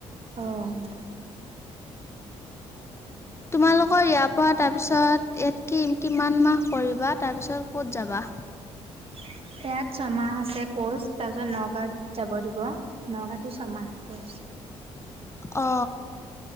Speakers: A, on the right; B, on the left.
A: অঁ <unintelligible>
B: তোমালোকৰ ইয়াৰ পৰা তাৰপিছত ইয়াত কি কিমান মাহ কৰিবা তাৰপিছত কত যাবা?
A: <unintelligible> ইয়াত ছমাহ আছে কোৰ্চ তাৰপিছত নগাঁওত যাব দিব নগাঁৱটো ছমাহ কোৰ্চ। <inaudible>
B: অ